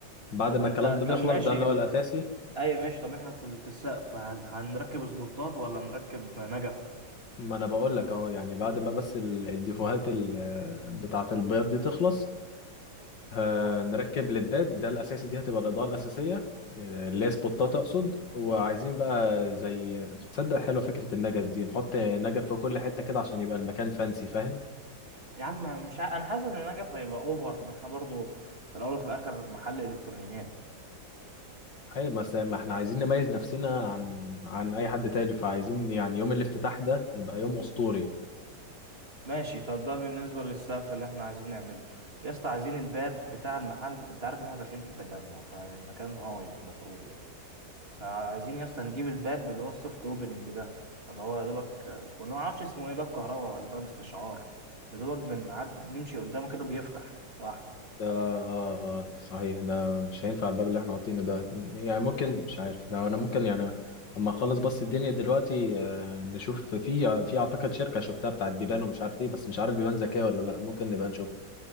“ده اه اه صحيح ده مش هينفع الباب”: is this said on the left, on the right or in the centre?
Left